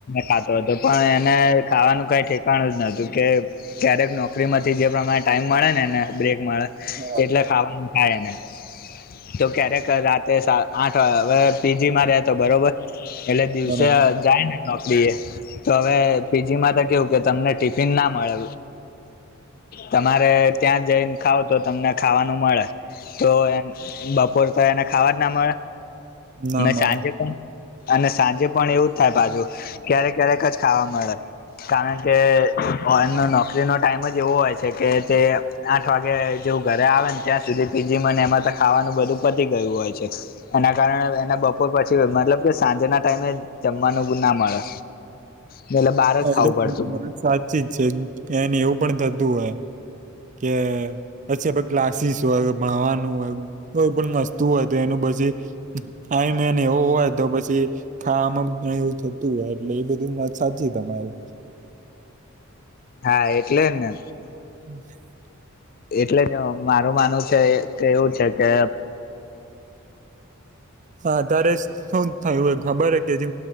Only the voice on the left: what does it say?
ખાતો હતો પણ એને ખાવાનું કઈ ઠેકાણ જ નતું કે. ક્યારેક નોકરીમાંથી જે પ્રમાણે ટાઈમ મળે ને ને બ્રેક મળે
એટલે ખાવાનું. થાયને. તો ક્યારેક રાતે આઠ વા પીજી મા ર્યા તો બરોબર એટલે.
તે જાયને. તો હવે પીજીમાં તો કેવું કે તમને ટિફિન ના મળે. તમારે ત્યાં જઈને ખાાવ તો તમને ખાવાનું મળે. તો એ બપોર તો એને ખાવા જ ના મળે.
અને
સાંજે પણ અને સાંજે. પણ એવું જ થાય પાછુ ક્યારેક ક્યારેક જ ખાવા મળે. કારણ કે એમનો નોકરીનો ટાઈમ જ એવો હોય છે કે તે. આઠ વાગે જેવું ઘરે આવે ને ત્યાં સુધી પીજી મને એમાં તો ખાવાનું બધું પતી ગયું હોય છે. એના કારણે એના બપોર પછી મતલબ કે સાંજેના ટાઈમે. જમવાનું ગુ ના મળે. એટલે બહાર જ
ખાવું પડતું
હા એટલે ને.
એટલે જ મારું માનવું છે કે એવું છે કે.